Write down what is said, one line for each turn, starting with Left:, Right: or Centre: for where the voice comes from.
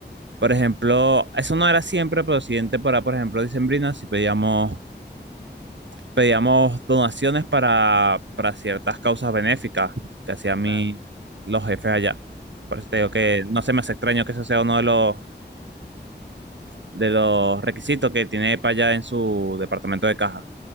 Right: por ejemplo, eso no era siempre, pero siguiente para, por ejemplo, dicembrina, si pedíamos pedíamos donaciones para, para ciertas causas benéficas que hacían
Left: claro,
Right: mi, los jefes allá. Por eso te digo
Left: claro.
Right: que no se me hace extraño que eso sea uno de los, de
Left: S-
Right: los requisitos
Left: Sí.
Right: que tiene EPA allá en su departamento de caja.